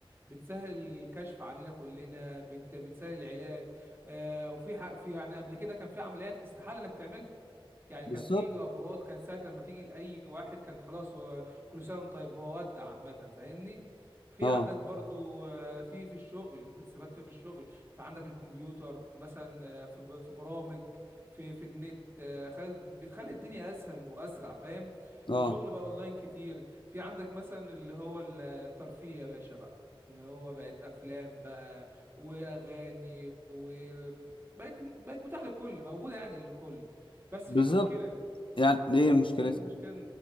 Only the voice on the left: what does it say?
بالظبط
اه
اه
بالظبط
يعني ايه مشكلتها